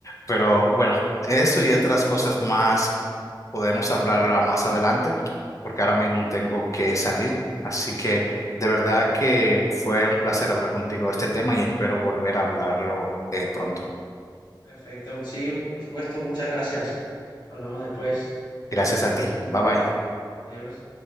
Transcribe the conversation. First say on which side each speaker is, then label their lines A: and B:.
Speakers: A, on the left (about 40°); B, on the left (about 65°).
A: Pero bueno, eso y otras cosas más podemos hablarla más adelante, porque ahora mismo tengo que salir. Así que de verdad que fue un placer hablar contigo de este tema y espero volver a hablarlo eh, pronto.
B: Perfecto. Sí, por supuesto. Muchas gracias. Hablamos después.
A: Gracias a ti. Bye bye.
B: Adiós.